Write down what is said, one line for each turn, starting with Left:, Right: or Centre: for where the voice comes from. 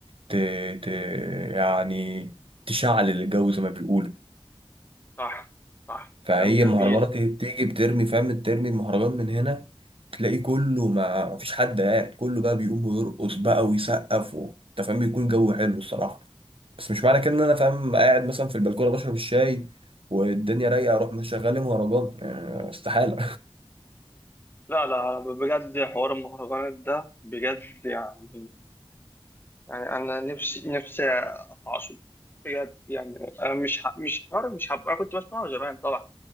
Right: ت... ت... يعني تشعل الجو زي ما بيقولوا
Left: صح صح
Right: فهي
Left: كلام جميل
Right: مهرجانات هي بتيجي بترمي فاهم ترمي المهرجان من هنا تلاقي كله ما مفيش حد قاعد كله بقى بيقوم ويرقص بقى ويسقف و... انت فاهم بيكون جو حلو الصراحه بس مش معنى كده ان انا فاهم قاعد مثلا في البلكونه بشرب الشاي والدنيا رايقه اروح مشغل لي مهرجان آه، استحاله
Left: لا لا بجد حوار المهرجانات ده بجد يعني يعني انا نفسي نفسي اعصب بجد يعني انا مش ه- مش حوار مش هبقى أنا كنت بسمعه زمان طبعا